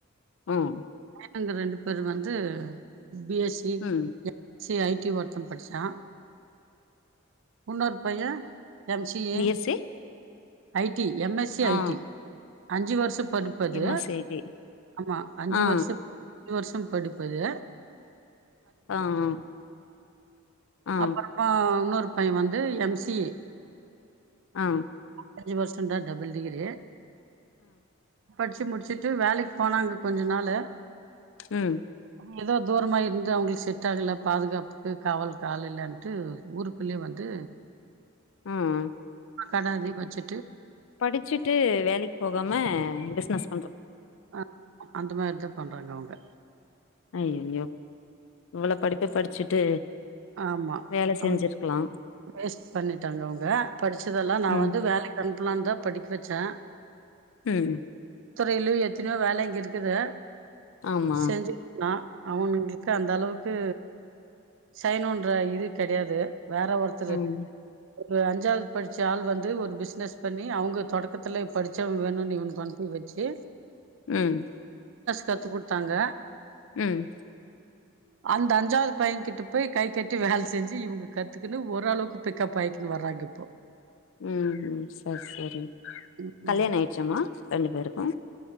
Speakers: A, on the left; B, on the right.
A: ம்
B: அந்த ரெண்டு பேர் வந்து பி எஸ்
A: ம்
B: சி ஐ டி ஒருத்தன் படிச்சா உன்னொரு பைய்ய M C A
A: B S C
B: I T M S C
A: ஆ
B: ஐடி அஞ்சு வர்ஷொ படிப்பது
A: M S C I T
B: ஆமா அஞ்சு
A: ஆ
B: வர்ஷ ஞ்ஜு வருஷோ படிப்பது
A: ஆ ஆ ஆ
B: அப்பறமா ஒன்னொரு பையன் வந்து எம் சி ஏ
A: ஆ
B: அஞ்சு வருஷந் தா டபுள் டிகிரி படிச்சு முடிச்சுட்டு வேலைக்கு போனாங்க கொஞ்ச நாளு
A: ம்
B: எதோ தூரமா இருந்து அவுங்களுக்கு செட் ஆகல பாதுகாப்புக்கு காவல்க்கு ஆள்லில்லன்ட்டு ஊருக்குள்ளேயே வந்து
A: ம்
B: கட அதே வச்சு
A: படிச்சுட்டு வேலைக் போகாம பிஸ்னஸ்
B: ஆ அந்த மாரிதா பண்றாங்க அவுங்க
A: அய்யயோ இவ்ளோ படிப்ப படிச்சுட்டு
B: ஆமா
A: வேல செஞ்சுருக்லா
B: அவங்க வேஸ்ட் பண்ணிட்டாங்க அவுங்க படிச்சதெல்லா நா
A: ம்
B: வந்து வேலைக் அனுப்பலான் தா படிக்க வெச்சே
A: ம்
B: துறையிலயூ எத்தினியோ வேலைங்க இருக்குது
A: ஆமா
B: செஞ்சுருக்லா அவுங்களுக் க அந்தளவுக்கு செய்யணூன்ற இது தெரியாது வேற ஒருத்தரு
A: ம்
B: வ அஞ்சாவ்து படிச்ச ஆள் வந்து ஒரு பிஸ்னஸ் பண்ணி அவுங்க தொடக்கத்துலே படிச்சவ வேணூனு இவனுக்கு அனுப்பி வ வச்சி
A: ம்
B: கத்து குத்தாங்க
A: ம்
B: அந்த அஞ்சாவ்து பையன் கிட் ட போய் கை கட்டி வேல செஞ்சு இவங்க கத்துக்குனு ஒரளவுக்கு பிக்கப் ஆய்க்கினு வர்றாங்க இப்போ
A: ம் ம் செர் செரி
B: ம்,
A: கல்யாண
B: ம்.
A: ஆயிச்சாமா ரெண்டு பேருக்கூ